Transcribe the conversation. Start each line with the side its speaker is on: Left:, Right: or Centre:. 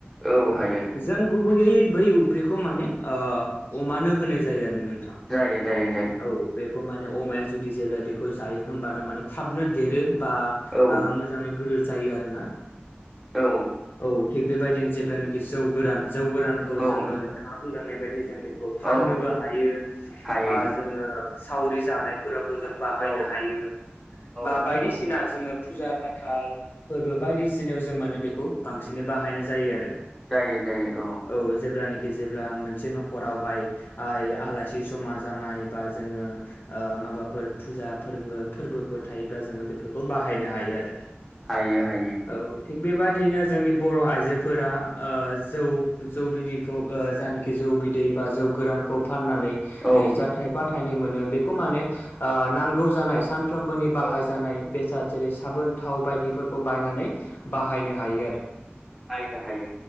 Centre: औ हायो।
Left: जों गुबैयै बै उफ्रिखौ माने अमानो होनाय जायो आरो नोंथां।
Centre: जायो जायो जायो
Left: औ बेखौ माने अमाया जुदि जेब्ला बेखौ जायो होमबाना माने थाबनो देरो। बा
Centre: औ
Left: मोजाङै गोदोर जायो आरोना
Centre: औ
Left: औ थिग बेबायदिनो जेब्लानखि जौ गोरान जौ गोरानखौ
Centre: औ
Left: जोङो नोंथाङा बुंलांनाय बायदि जों बे
Centre: औ
Left: फाननोबो हायो
Centre: हायो।
Left: बा जोङो सावरि जानायफोरावबो जों बाहायनो
Centre: औ
Left: हायो।
Centre: औ
Left: बा बायदिसिना जोङो फुजा फाथाल फोरबो बायदिसिनायाव जों माने बेखौ बांसिनै बाहायनाय जायो आरो।
Centre: जायो जायो औ
Left: औ जेब्लानाखि जेब्ला मोनसे न'खरावहाय आइ आलासि जमा जानाय बा जोङो ओ माबाफोर फुजा फोरबो फोरबोफोर थायोब्ला जोङो बेफोरखौ बाहायनो हायो आरो।
Centre: हायो हायो।
Left: औ थिग बेबादिनो जोंनि बर' आइजोफोरा ओ जौ जौ बिदैखौ ओ जायानखि जौ बि दै बा जौ गोरानखौ फाननानै
Centre: औ
Left: जा थाइफा थाइनै मोनो बेखौ माने ओ नांगौ जानाय सानफ्रोमबोनि बाहाय
Centre: औ
Left: जानाय बेसाद जेरै साबोन थाव बायदिफोरखौ बायनानै बाहायनो हायो आरो।
Centre: हायो हायो।